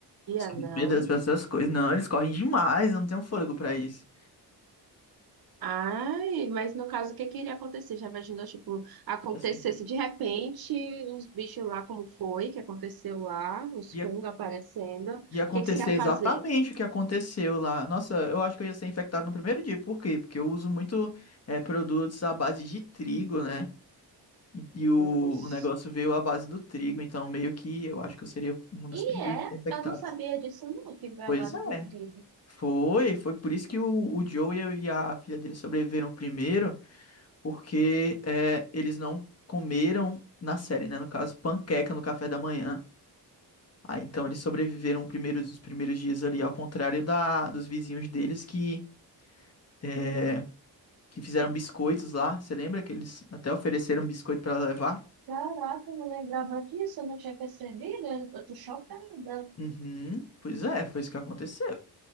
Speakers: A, on the right; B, on the left.
A: Ia
B: Sou
A: não.
B: muito medo dessas coisas. Não, eles correm demais, eu não tenho fôlego pra isso.
A: Ai, mas no caso, o que que iria acontecer? Já imaginou, tipo, acontecesse
B: Eu sei que
A: de repente os bichos lá, como foi, que aconteceu lá, os
B: ia,
A: fungos aparecendo. O
B: ia acontecer
A: que que você ia
B: exatamente
A: fazer?
B: o que aconteceu lá. Nossa, eu acho que eu ia ser infectado no primeiro dia. Por quê? Porque eu uso muito eh, produtos à base de trigo, né? E, e o,
A: Fungos.
B: o negócio veio à base do trigo, então meio que eu acho que eu seria um dos
A: E
B: primeiros
A: é,
B: infectados.
A: eu não sabia disso não, que foi
B: Pois
A: a base do
B: é.
A: trigo.
B: Foi, foi por isso que o, o Joe e a e a filha dele sobreviveram primeiro, porque é, eles não comeram na série, né? No caso, panqueca no café da manhã. Ah, então eles sobreviveram primeiros, os primeiros dias ali, ao contrário da, dos vizinhos deles que, é, que fizeram biscoitos lá. Você lembra que eles até ofereceram biscoito para levar?
A: Caraca, eu não lembrava disso, eu não tinha percebido, eu eu tô chocada.
B: Uhum. Pois é, foi isso que aconteceu.